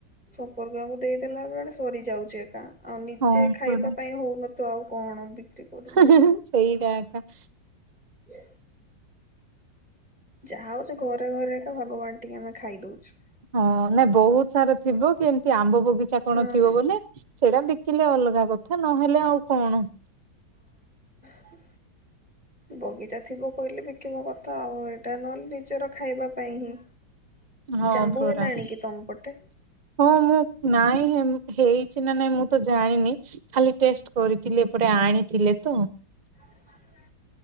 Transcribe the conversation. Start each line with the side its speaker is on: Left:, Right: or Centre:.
Centre: ସମ୍ପର୍କୀୟକୁ ଦେଇଦେଲା ବେଳେ ସରିଯାଉଛି ଏକା। ଆଉ ନିଜେ
Right: ହଁ
Centre: ଖାଇବା
Right: ପରା।
Centre: ପାଇଁ ହଉନଥୁଅ ଆଉ କଣ। କରିବୁ
Right: ସେଇଟା ଏଙ୍କା
Centre: ହ। ଯାହା ହଉଛି ଘରେ ଘରେ ତ ଭୋଗ ବାଣ୍ଟିକି ଆମେ ଖାଇ ଦଉଛୁ।
Right: ହଁ ନାଇଁ ବହୁତ ସାରା ଥିବ କି ଏମିତି ଆମ୍ବ ବଗ୍ ଗିଚା କଣ
Centre: ହଁ
Right: ଥିବ ବୋଲେ ସେଇଟା ବିକିଲେ ଅଲଗା କଥା ନହେଲେ ଆଉ କଣ।
Centre: ହ। ବଗିଚା ଥିବ କହିଲେ ବିକିବ କଥା ଆଉ ଏଇଟା ନହେଲେ ନିଜର ଖାଇବା ପାଇଁ ହିଁ।
Right: ହଁ
Centre: ଜାମ୍ବୁ
Right: ପୁରା
Centre: ହେଲାଣି
Right: ହଁ
Centre: କି ତମ ପଟେ
Right: ମୁଁ ନାଇଁ ହେମ୍ ହେଇଛି ନା ନାଇଁ ମୁଁ ତ ଜାଣିନି ଖାଲି ଟେଷ୍ଟ କରିଥିଲି। ଏପଟେ ଆଣିଥିଲେ ତ।
Centre: <inaudible>